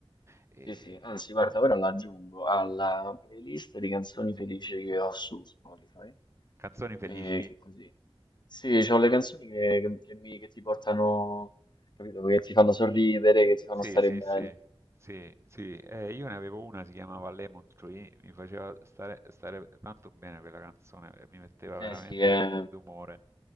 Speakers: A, on the right; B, on the left.
A: E-
B: Sì, sì, anzi, guarda, ora la aggiungo alla playlist di canzoni felici che ho su Spotify.
A: Canzoni felici?
B: E che così. Sì, c'ho le canzoni che, che- che mi- che ti portano, capito, che ti fanno sorridere, che ti fanno
A: Sì,
B: stare
A: sì,
B: bene.
A: sì, sì, sì. Eh, io ne avevo una, si chiamava Lemon Tree, mi faceva stare, stare tanto bene quella canzone, eh, mi metteva veramente
B: Eh sì, è
A: eh, d'umore.